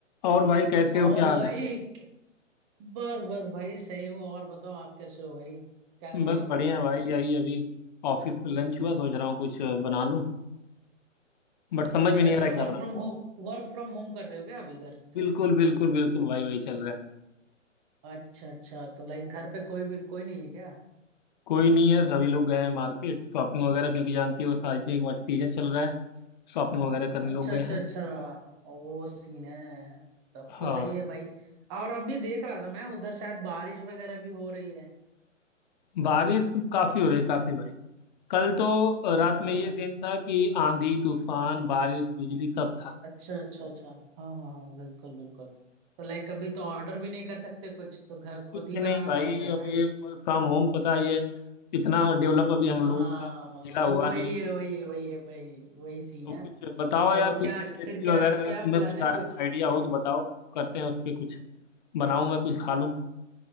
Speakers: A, on the left (about 35°); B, on the right (about 25°).
A: और भाई कैसे
B: और
A: हो क्या हाल
B: भाई
A: है
B: क- बस बस भाई सही हूँ और बताओ आप कैसे हो भाई क्या कर
A: बस
B: रहे हो अभी
A: बढ़िया है भाई यही अभी ऑफिस लंच हुआ सोच रहा हूँ कुछ बना लूं बट समझ
B: अच्छा
A: में नहीं
B: अच्छा
A: आ रहा क्या
B: work
A: बनाऊं
B: from home work from home कर रहे हो क्या अभी घर से
A: बिल्कुल बिल्कुल बिल्कुल भाई वही चल रहा है
B: अच्छा अच्छा तो लाइक घर पे कोई भी कोई नहीं है क्या
A: कोई नहीं है सभी लोग गए हैं मार्केट शॉपिंग वगैरह क्योंकि जानती हो शादी
B: अ-
A: का सीजन चल रहा है शॉपिंग वगैरह करने
B: अच्छा
A: लोग
B: अच्छा
A: गए हैं
B: अच्छा वो सीन है तब
A: हाँ
B: तो सही है भाई और अभी देख रहा था मैं उधर शायद बारिश वगैरह भी हो रही है
A: बारिश काफी हो रही काफी भाई कल तो
B: हाँ,
A: रात में ये सीन था कि आंधी तूफान
B: हम्म,
A: बारिश बिजली सब था
B: अच्छा अच्छा अच्छा हाँ हाँ हाँ बिल्कुल बिल्कुल तो लाइक अभी तो ऑर्डर भी नहीं कर सकते कुछ तो घर
A: कुछ
B: खुद ही
A: नहीं
B: बनाना
A: भाई
B: पड़ेगा
A: अब
B: राइट
A: ये वर्क फ्रॉम होम पता है ये इतना डेवलप अभी
B: हाँ
A: हम लोगों का जिला हुआ
B: वही
A: नहीं है
B: है वही है वही है भाई वही सीन
A: तो
B: है
A: कुछ बताओ
B: तो
A: यार कुछ
B: क्या
A: रेसिपी
B: फिर क्या
A: वगैरह अगर
B: क्या
A: तुम्हें
B: प्लान
A: कुछ
B: है
A: आइडिया
B: कुछ
A: हो तो बताओ करते हैं उस पे कुछ बनाऊं मैं कुछ खा लूं